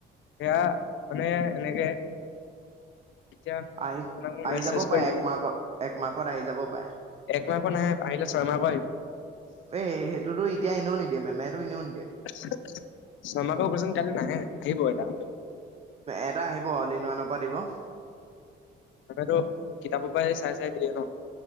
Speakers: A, on the left; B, on the right.
A: সেয়া মানে এনেকে এতিয়া
B: আহি
A: আপোনাক মই
B: আহি
A: মেছেজ
B: যাব
A: কৰি
B: পাৰে
A: দিম
B: একমাৰ্কত একমাৰ্কত আহি যাব পাৰে
A: একমাৰ্কৰ নাহে আহিলে ছয়মাৰ্কৰ আহিব
B: এই সেইটোতো এতিয়া এনেও নিদিয়ে মেমেটো এনেও নিদিয়ে।
A: ছয়মাৰ্কৰ কোয়েচন কাইলে নাহে আহিব এটা হলেও
B: এটা আহিব অলি ইন ওৱানৰ পৰা দিব
A: তাকেটো কিতাপ পাই চাই চাই দিয়ে ন